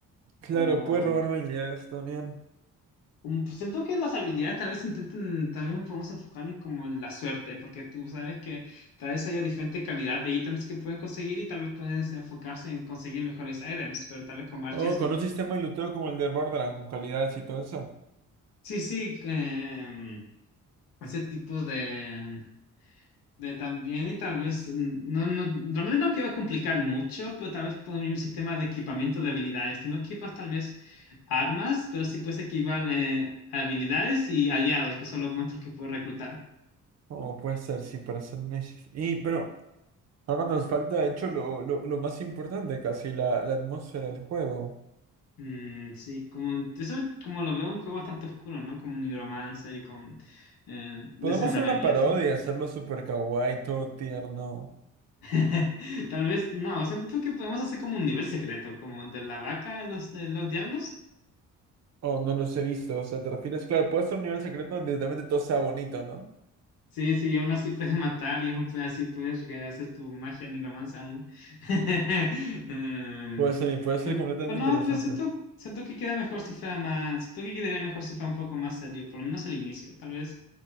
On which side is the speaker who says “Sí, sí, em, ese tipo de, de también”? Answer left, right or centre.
Left